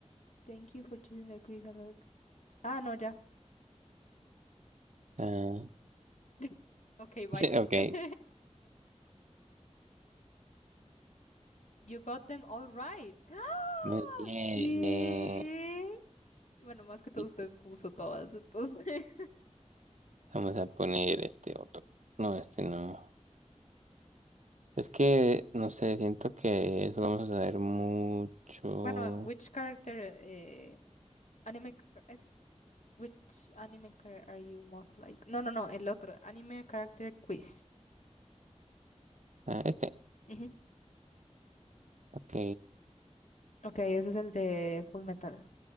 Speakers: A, on the left (about 80°); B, on the right (about 75°).
A: Thank you for choosing the quiz. I like- Ah, no, ya.
B: ah,
A: <laughs> Ok, bye,
B: <laughs> sí,
A: ponle.
B: ok,
A: <laughs> You got them all right. <gasps> ¡Ah!
B: muy bien.
A: ¿Qué?
B: eh,
A: Bueno, más que todo
B: y
A: usted puso todas, entonces. <laughs>
B: vamos a poner este otro. No, este no. Es que, no sé, siento que eso vamos a ver mucho.
A: Bueno, which character eh, anime ca- ese, which anime character are you most like? No, no, no, el otro, anime character quiz.
B: Ah, este,
A: Ujú.
B: ok.
A: Ok, ese es el de Full Metal,